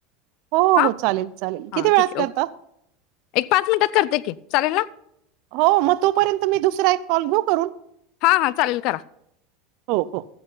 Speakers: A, on the right; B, on the left.
A: हो
B: हा
A: हो चालेल चालेल
B: हा
A: किती वेळात
B: ठीक आहे
A: करता
B: ओके एक पाच मिनटात करते की चालेल नां.
A: हो मग तोपर्यंत मी दुसरा एक कॉल घेऊ करून?
B: हा हा चालेल करा.
A: हो हो